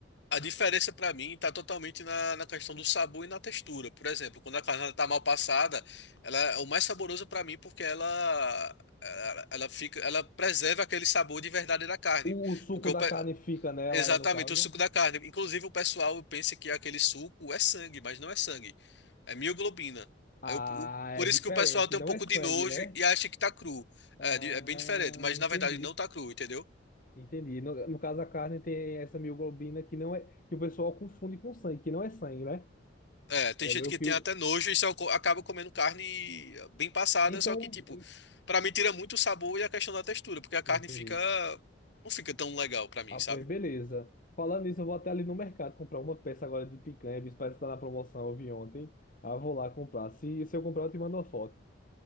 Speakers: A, on the left (about 65°); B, on the left (about 45°).
A: A diferença para mim está totalmente na, na questão do sabor e na textura. Por exemplo, quando a carne está mal passada, ela é o mais saboroso para mim porque ela, ela ela fica, ela preserva aquele sabor de verdade da carne.
B: O, o suco
A: Porque o
B: da
A: pe-
B: carne fica nela,
A: exatamente
B: é no caso?
A: o suco da carne. Inclusive o pessoal pensa que aquele suco é sangue, mas não é sangue, é mioglobina. Aí
B: Ah,
A: o, o- por
B: é
A: isso
B: diferente,
A: que o pessoal tem
B: não
A: um pouco
B: é sangue,
A: de nojo
B: né?
A: e acha que tá cru. É,
B: Ah,
A: di- é bem diferente, mas
B: entendi.
A: na verdade não tá cru, entendeu?
B: Entendi. No, no caso, a carne tem essa mioglobina que não é, que o pessoal confunde com sangue, que não é sangue, né?
A: É, tem
B: É
A: gente
B: meio
A: que
B: que
A: tem
B: o.
A: até nojo e só co- acaba comendo carne bem passada,
B: Então,
A: só que, tipo,
B: en-
A: pra mim tira muito o sabor e a questão da textura, porque a carne
B: entendi.
A: fica. Não fica tão legal pra mim,
B: Ah,
A: sabe?
B: pois beleza. Falando nisso, eu vou até ali no mercado comprar uma peça agora de picanha, visto que parece que tá na promoção, eu vi ontem. Ah, eu vou lá comprar. Se, se eu comprar, eu te mando uma foto.